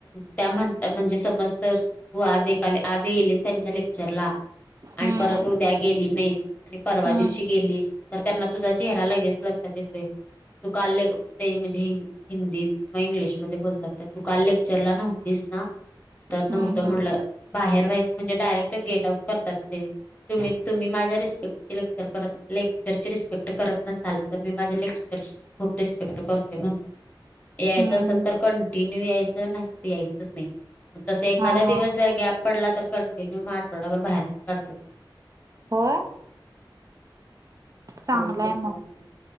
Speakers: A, on the left; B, on the right.
A: त्या म्हणता म्हणजे समज तर तू आज एक आली आज गेली त्यांच्या लेक्चरला आणि
B: हम्म
A: परत उद्या गेली नाही आणि परवा
B: हम्म
A: दिवशी गेलीस तर त्यांना तुझा चेहरा लगेच लक्षात येतोय. तू काल ले ते म्हणजे हिन हिंदीत किंवा इंग्लिशमध्ये बोलतात तर तू काल लेक्चरला नव्हतीस का? ना तर
B: हम्म
A: नव्हतं
B: हम्म
A: म्हणलं बाहेर व्हायचं म्हणजे डायरेक्ट गेट आउट करतात ते. तुम्ही तुम्ही माझ्या रिस्पेक्टची लेक्चर करत लेक्चरची रिस्पेक्ट करत नसाल तर मी माझ्या लेक्चरची खूप रिस्पेक्ट करते म्हणतात. यायचं
B: हम्म
A: असेल तर कंटिन्यू यायचं, नाही तर यायचच नाही. म तस एखादा
B: हा हा
A: दिवस जर गॅप पडला तर कंटिन्यू म आठवडाभर बाहेरच काढते.
B: होय? चांगलाय
A: लई स्ट्रिक्ट
B: मग
A: असते.